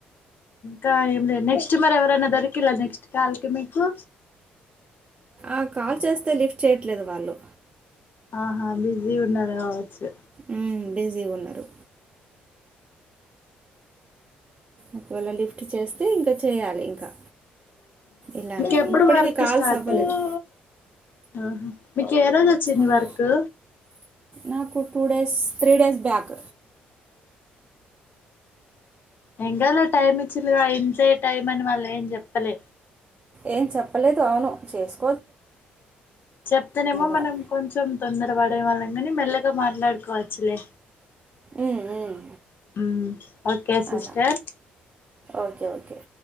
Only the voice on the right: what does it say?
ఆ కాల్ చేస్తే లిఫ్ట్ చేయ్యట్లేదు వాళ్ళు
మ్మ్ బిజీగా ఉన్నారు ఒకవేళ లిఫ్ట్ చేస్తే ఇంకా చేయాలి ఇంకా ఇలానే
ఇప్పటికీ
కావాల్స్
అవ్వలేదు
ఆ!
నాకు two days three days back
ఏం చెప్పలేదు అవును చేస్
కూడా
ఉమ్, ఉమ్,
అలా ఓకే ఓకే